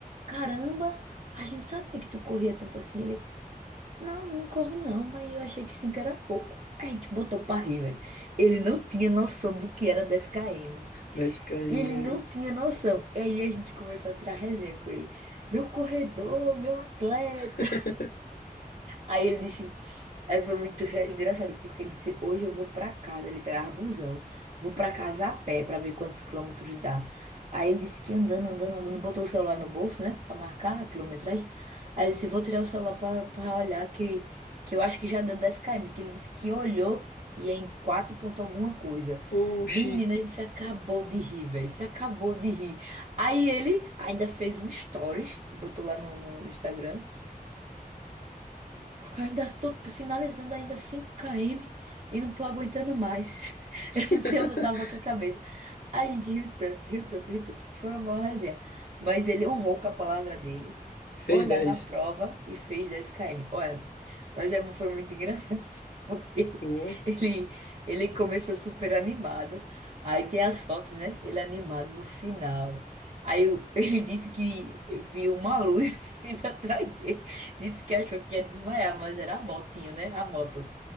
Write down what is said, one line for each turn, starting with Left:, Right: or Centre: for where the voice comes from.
Right: Caramba, a gente sabia que tu corria tanto assim. Ele, não, eu não corro não, mas eu achei que 5 era pouco. A gente botou pra rir, velho. Ele não tinha noção do que era 10 km.
Left: 10 km,
Right: Ele não
Left: né?
Right: tinha noção. E aí a gente começou a tirar resenha com ele. Meu corredor, meu atleta.
Left: <laughs>
Right: Aí ele disse. Aí foi muito re- engraçado, porque ele disse: Hoje eu vou pra casa. Ele pegava busão, vou pra casa a pé pra ver quantos quilômetros dá. Aí ele disse que andando, andando, andando, botou o celular no bolso, né? Pra marcar a quilometragem. Aí ele disse: Vou tirar o celular pra, pra olhar, que, que eu acho que já deu dez km. Que ele disse que olhou e é em 4 ponto alguma coisa.
Left: Oxi.
Right: Menina, a gente se acabou de rir, velho. Se acabou de rir. Aí ele ainda fez um stories, botou lá no no Instagram. Ainda tô finalizando ainda cinco km e não tô aguentando mais. <laughs>
Left: <laughs>
Right: Eu não sei onde eu tava com a cabeça. A gente riu tanto, riu tanto, riu tanto. Foi uma boa resenha. Mas ele honrou com a palavra dele. Foi
Left: Fez
Right: lá
Left: dez.
Right: na prova e fez dez km. Olha, mas é, foi muito engraçado. <laughs> Porque
Left: Pô,
Right: ele, ele começou super animado. Aí tem as fotos, né? Ele animado no final. Aí o- <laughs> ele disse que viu uma luz <laughs> vindo atrás dele. Disse que achou que ia desmaiar, mas era a motinho, né? A moto